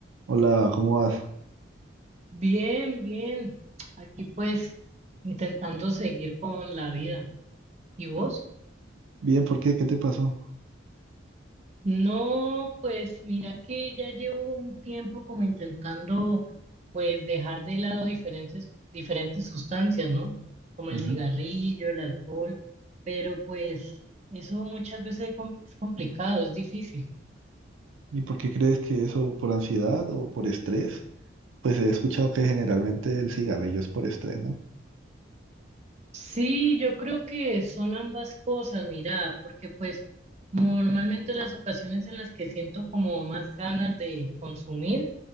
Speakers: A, on the right; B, on the right.
A: Hola, ¿cómo vas?
B: Bien, bien. Aquí pues intentando seguir con la vida. ¿Y vos?
A: Bien, ¿por qué? ¿Qué te pasó?
B: No, pues mira que ya llevo un tiempo como intentando pues dejar de lado diferentes, diferentes sustancias, ¿no? Como
A: Ujú.
B: el cigarrillo, el alcohol, pero pues eso muchas veces es com- es complicado, es difícil.
A: ¿Y por qué crees que eso por ansiedad o por estrés? Pues he escuchado que generalmente el cigarrillo es por estrés, ¿no?
B: Sí, yo creo que son ambas cosas, mira, porque pues normalmente las ocasiones en las que siento como más ganas de consumir